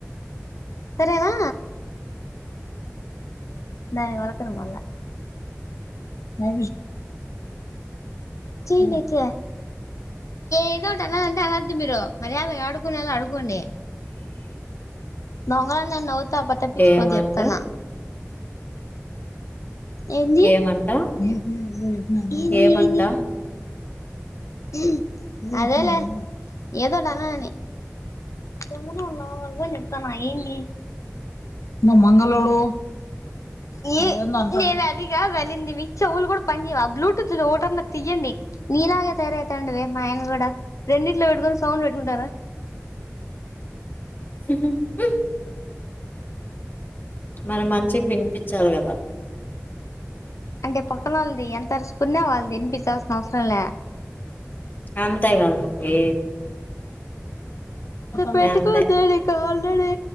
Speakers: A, on the left; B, on the left.
A: సరేనా దానే వరకలు మల్ల ఆ చేయనే చేయ ఏదో ఒకట అలాంటే అలాద్దు మీరు మర్యాద ఆడుకొనాలో ఎలా ఆడుకోండి నంగ న నవుత అప్ప తప్పిచుకోదు
B: ఏమంట
A: చెప్తాన ఏంది
B: ఏమంట
A: ఎంది ఎంది
B: ఏమంట
A: ఉమ్ అదేలే ఏదోటి అనాలని తొంగోనే ఉన్నావ్ వద్దని చెప్తాన ఏంది నువ్ మంగళోడు ఈ నేను అది కాదు అనింది మీ చెవులు కూడా పని చేయావ బ్లూటూత్ ఒకటన్న తీయ్యండి. నీలాగా తయారువుతుండువి మా ఆయన కూడా రెండిట్లో పెట్టుకొని సౌండ్ పెట్టుకుంటారు.
B: ఉహు ఉ మన మంచిగా వినిపిచాలి కదా
A: అంటే పక్కన వాళ్ళది ఎంత అరుసుకున్నా వాళ్ళది వినిపించాల్సిన అవసరంలే
B: అంతే కద మరి అంతే
A: పెట్టుకోవద్దే
B: అంతే
A: నీ కాల్ <unintelligible> ఏవండీ